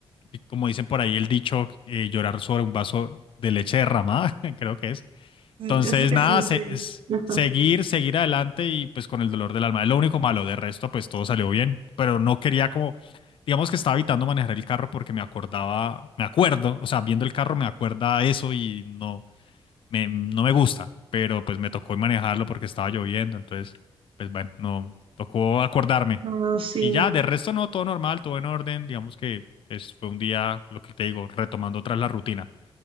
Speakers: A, on the left (about 65°); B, on the right (about 65°).
A: y como dicen por ahí el dicho, eh, llorar sobre un vaso de leche derramada, <laughs> creo que es.
B: Sí,
A: Entonces,
B: sí,
A: nada,
B: sí. sí.
A: se- es
B: <laughs>
A: seguir, seguir adelante y pues con el dolor del alma. Es lo único malo, de resto pues todo salió bien, pero no quería como, digamos que estaba evitando manejar el carro porque me acordaba, me acuerdo, o sea, viendo el carro me acuerda eso y no me- no me gusta, pero pues me tocó manejarlo porque estaba lloviendo, entonces, pues bueno, no, tocó acordarme.
B: Ah, sí,
A: Y ya, de resto no, todo normal, todo en orden, digamos que pues, fue un día, lo que te digo, retomando otra vez la rutina.